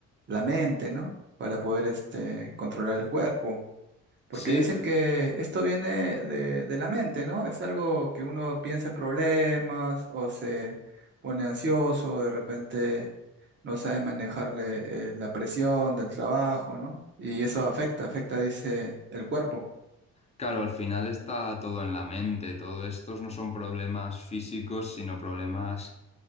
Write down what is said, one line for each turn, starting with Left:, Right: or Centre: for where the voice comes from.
Right: la mente, ¿no? Para poder este, controlar el cuerpo. Porque
Left: Sí,
Right: dicen
Left: eso,
Right: que esto viene de, de la mente, ¿no? Es algo que uno piensa en problemas o se pone ansioso, o de repente no sabe manejarle eh, la presión del trabajo, ¿no? Y eso afecta, afecta, dice, el cuerpo.
Left: claro, al final está todo en la mente, todo estos no son problemas físicos, sino problemas